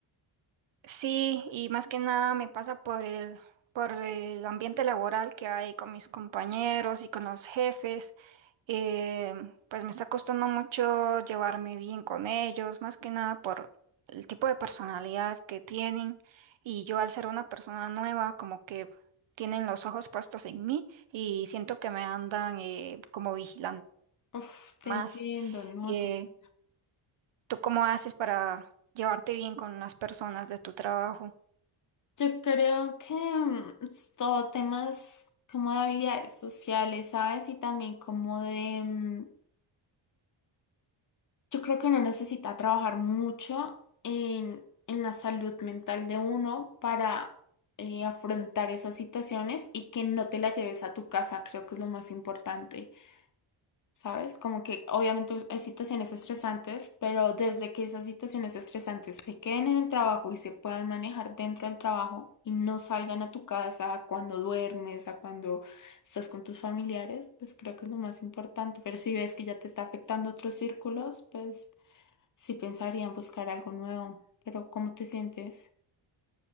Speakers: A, on the right; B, on the left.
A: Sí, y más que nada me pasa por el, por el ambiente laboral que hay con mis compañeros y con los jefes. Eh, pues me está costando mucho llevarme bien con ellos, más que nada por el tipo de personalidad que tienen. Y yo al ser una persona nueva, como que tienen los ojos puestos en mí y siento que me andan eh, como vigilando
B: Uf, te
A: más.
B: entiendo, no,
A: Eh,
B: te entiendo.
A: ¿tú cómo haces para llevarte bien con las personas de tu trabajo?
B: Yo creo que mm, es todo temas como de habilidades sociales, ¿sabes? Y también como de, mm, Yo creo que uno necesita trabajar mucho en, en la salud mental de uno para eh, afrontar esas situaciones y que no te la lleves a tu casa, creo que es lo más importante, ¿sabes? Como que obviamente hay situaciones estresantes, pero desde que esas situaciones estresantes se queden en el trabajo y se puedan manejar dentro del trabajo y no salgan a tu casa a cuando duermes, a cuando estás con tus familiares, pues creo que es lo más importante. Pero si ves que ya te está afectando otros círculos, pues... Sí pensaría en buscar algo nuevo, pero ¿cómo te sientes?